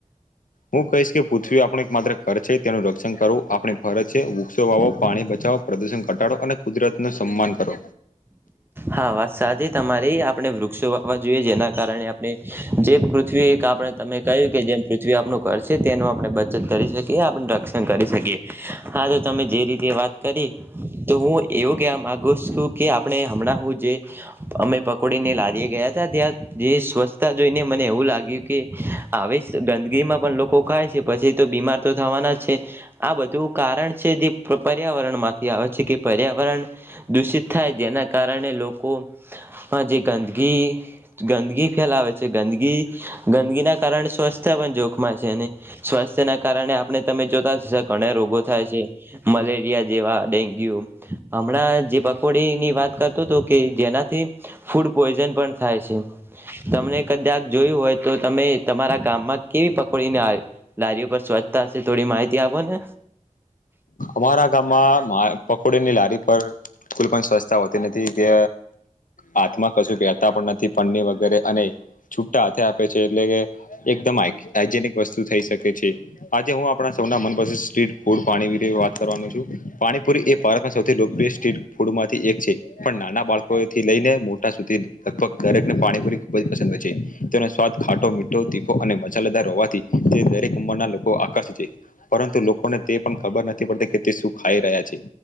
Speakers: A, on the left; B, on the right.
A: હું કહીશ કે પૃથ્વી આપણું એક માત્ર ધર છે તેનું રક્ષણ કરવું આપણે છે વૃક્ષો વાવો પાણી બચાવો પ્રદૂષણ ઘટાડો અને કુદરતનું સન્માન કરો
B: હા વાત સાચી તમારે આપણે વૃક્ષો વાવા જોઈએ જેના કારણે આપણે જે પૃ થ્વી આપણે તમે કહ્યું કે જેમ પૃથ્વી આપણ કરશે તેનું આપણે બચત કરી શકીએ આપણે રક્ષણ કરી શકીએ હા તો તમે જે રી તે વાત કરી તો હું એવું કે માગુ શું કે આપણે હમણાં જે અમે પકોડીને લારી ગયા હતા ત્યાં જે સ્વચ્છતા જોઈને મને એવું લાગ્યું કે આવી ગંદકીમાં પણ લોકો ખાય છે પછી તો બીમાર તો થવાના છે આ બધું કારણ છે જે પર્યાવરણ માંથી આવે છે કે પર્યાવરણ દૂષિત થાય જેના કાર કારણે લોકો જે ગંદગી ગંદગી ફેલાવે છે ગંદગ ગંદકી ના કારણે સ્વસ્થ પણ જોખમાં છે અને સ્વાસ્થ્ય ના કારણે આપણે તમે જોતા ઘણા રોગો થાય છે મલેરિયા જેવા ડેન્ગ્યુ હમણાં જે પકોડીની વાત કર તો તો કે જેનાથી ફૂડ પોઈઝન પણ થાય છે તમને કદાચ જોયું હોય તો તમે તમારા ગામમાં કેવી પકડીને લારીઓ પર સ્વચ્છતાશે થોડી માહિતી આપો ને
A: અમારા ગામમાં પકોડની લારી પર કુલ પણ સ્વચ્છતા હોતી નથી કે હાથમાં કશું પહેરતા પણ નથી પની વગેરે અને છુટા હાથે કે છે એટલે કે એકદમ આ હાયજનિક વસ્તુ થઈ શકે છે આજે હું આપણા સૈના મનપસંદ સ્રીટ ફૂડ પાણી વીશે વાત કરવાનુ છુ પાણીપુરી એ ભારતમાં સૌથી લોકપ્રિય સ્ટ્રીટ ફૂડ માંથી એક છે પણ નાના બાળકોથી લઈને મોટા સુધી લગભગ દરેકને પાણીપુરી ખૂબ જ પસંદ હોય છે તેનો સ્વાદ ખા તો મીઠો તીખો અને મચેલેદાર હોવાથી તે દરેક કુંમરના લોકો આકર્ષિત છે પરંતુ લોકોને તે પણ ખબર નથી તે શું ખાઈ રહ્યા છે